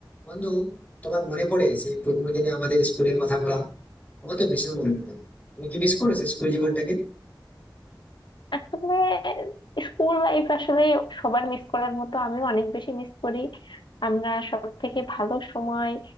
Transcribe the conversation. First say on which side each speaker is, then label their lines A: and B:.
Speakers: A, on the left (about 20°); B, on the left (about 75°).
A: বন্ধু তোমার মনে পড়ে সেই পুরোনো দিনে আমাদের স্কুলের কথা বলা আমার তো ভীষণ মনে পড়ে তুমি কি মিস করো সেই স্কুল জীবনটাকে
B: আসলে school life আসলে সবার মিস করার মতো আমিও অনেক বেশি মিস করি আমরা সব থেকে ভালো সময়